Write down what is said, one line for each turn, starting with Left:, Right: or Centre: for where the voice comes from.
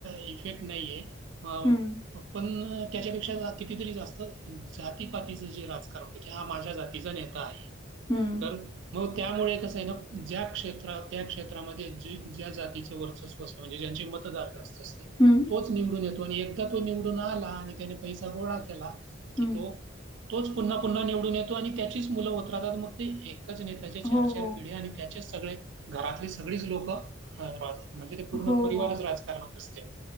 Right: इफेक्ट नाहीेये. अ
Left: हं,
Right: आपण त्याच्यापेक्षा कितीतरी जास्त जातीपातीच जे राजकारण होत की हा माझ्या जातीचा नेता आहे.
Left: हम्म
Right: तर मग त्यामुळे कसं आहे ना ज्या क्षेत्रात त्या क्षेत्रामध्ये ज्या जातीचं वर्चस्व म्हणजे ज्यांचे मतदार अस
Left: हं,
Right: तोच निवडून येतो आणि एकदा तो निवडून आला आणि त्याने पैसा गोळा केला की
Left: हं.
Right: तो तोच पुन्हा पुन्हा निवडून येतो आणि त्याचीच मुलं होत राहतात मग ते एकच नेता चार
Left: हो,
Right: चार
Left: हो.
Right: पिढ्या आणि त्याचेच सगळे घरातली सगळीच लोकं राहता म्हणजे ते पूर्ण
Left: हो,
Right: परिवारच
Left: हो.
Right: राजकारणात असते